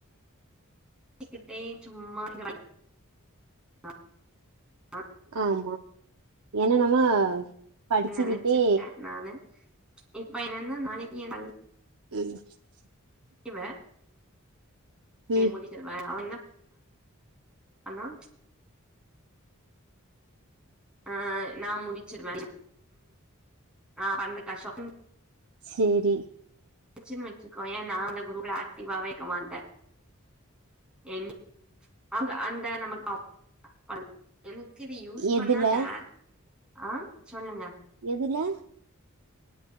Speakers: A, in the centre; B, on the right.
A: <inaudible> கிட்டே சும்மா <unintelligible>
B: ஆமா ஏனா நம்ம படிச்சுக்கிட்டே
A: நெனைச்சிருக்கே நானு இப்ப என்னன்னா நாளைக்கு எனக்
B: <inaudible>
A: இவ <unintelligible>
B: ம்
A: அண்ணா ஆ நா முடிச்சுர்வே ஆ பண்ணு <unintelligible>
B: சேரி
A: வச்சுன் வச்சுக்கோயே நா அந்த குரூப்ல ஆக்டிவாவே இக்க மாட்டே என் <unintelligible> அந்த நமக்கு <inaudible> எனக்கு இது யூஸ் பண்ணா
B: எதுல
A: டா ஆ சொல்லுங்க
B: எதுல